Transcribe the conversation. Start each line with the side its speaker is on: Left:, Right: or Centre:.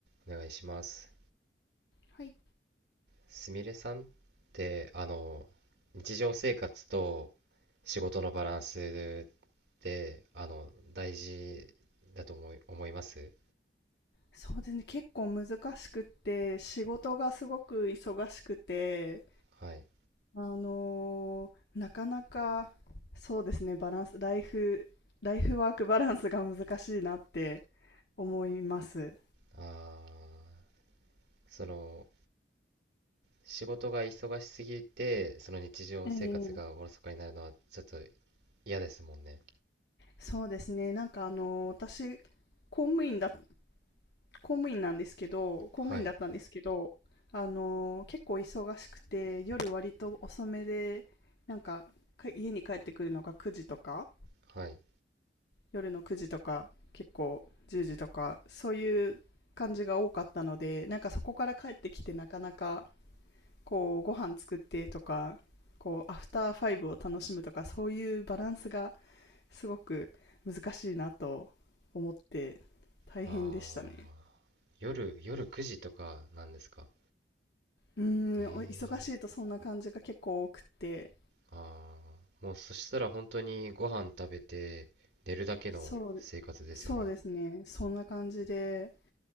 Right: お願いします。
Left: はい。
Right: すみれさんって、あの、日常生活と仕事のバランスって、あの、大事だと思い、思います
Left: そうですね、結構難しくって、仕事がすごく忙しくて、
Right: はい。
Left: あのーなかなか、そうですね、バランス、ライフ、ライフワークバランスが難しいなって思います。
Right: ああ、その、仕事が忙しすぎて、その日常生活がおろそかになるのはちょっと
Left: ええ、
Right: 嫌ですもんね。
Left: そうですね、なんかあのー私、公務員だ、公務員なんですけど、公務員だったんですけど、
Right: はい。
Left: あのー結構忙しくて、夜割と遅めで、なんか、か家に帰ってくるのが9時とか
Right: はい。
Left: 夜の9時とか結構10時とかそういう感じが多かったのでなんかそこから帰ってきてなかなかこうご飯作ってとかこうアフターファイブを楽しむとかそういうバランスがすごく難しいなと思って大変でしたね
Right: ああ、夜、夜9時とかなんですか
Left: うーん忙しいとそんな感じが結構多くて
Right: えー。ああ、もうそしたら本当にご飯食べて寝るだけの生活ですよね。
Left: そうそうですねそんな感じで